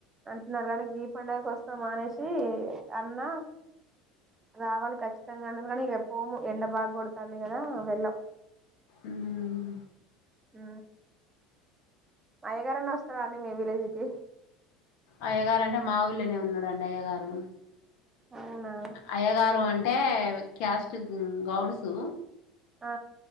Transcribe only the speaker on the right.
<unintelligible> గీ పండగకు వస్ మానేసి అన్న రావాలి ఖచ్చితంగా అన్నరు గని పోము, ఎండ బాగ కొడతాంది కదా వెళ్ళాం.
ఆ అయ్యగారన్న వస్తడు అండి మే విలేజ్కి
అవునా
ఆ